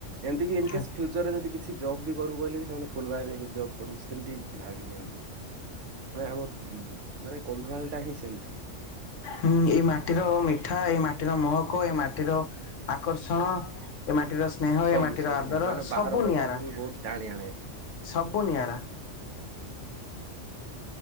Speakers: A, on the right; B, on the left.
A: ଏମିତି କି ଇନ୍
B: ହୁଁ।
A: କେସ୍ ଫ୍ୟୁଚର ଯଦି କିଛି ଜବ୍ ବି କରିବୁ କହିଲେ ବି ସେମାନେ ଫୁଲବାଣରେ ହିଁ ଜବ୍ କରିବୁ ସେମିତି ଭାବି ନିଅନ୍ତି ମାନେ ଆମ ମାନେ କନ୍ଧମାଳ ଟା ହିଁ ସେମିତି।
B: ହୁଁ ଏଇ ମାଟିର ମିଠା ଏଇ ମା- ମାଟିର ମହକ ଏ ମାଟିର ଆକର୍ଷଣ ଏ ମା ମାଟିର ସ୍ନେହ
A: ସବୁ
B: ଏ ମାଟିର
A: ସବୁ
B: ଆଦର
A: ମାନେ
B: ସବୁ
A: ବାହାର ଲୋକଙ୍କୁ
B: ନିଆରା
A: ବି ବହୁତ ଟାଣି ଆଣେ।
B: ସବୁ ନିଆରା।